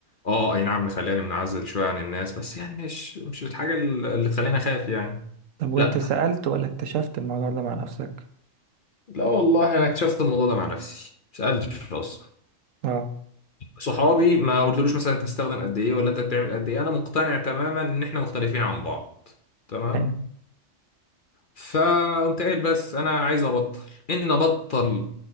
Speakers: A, on the left; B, on the right.
A: اه اي نعم مخلاني منعزل شوية عن الناس بس يعني مش مش الحاجة اللي تخليني اخاف يعني
B: طب وانت
A: لا
B: سألت ولا اكتشفت الموضوع ده مع نفسك
A: لا والله انا اكتشفت الموضوع ده مع نفسي مسألتش اصلا
B: اه
A: صحابي ما قلتلوش مثلا انت بتستخدم قد ايه ولا انت بتعمل قد ايه انا مقتنع تماما ان احنا مختلفين عن بعض تمام
B: يعني
A: فقمت قايل بس انا عايز ابطل ان ابطل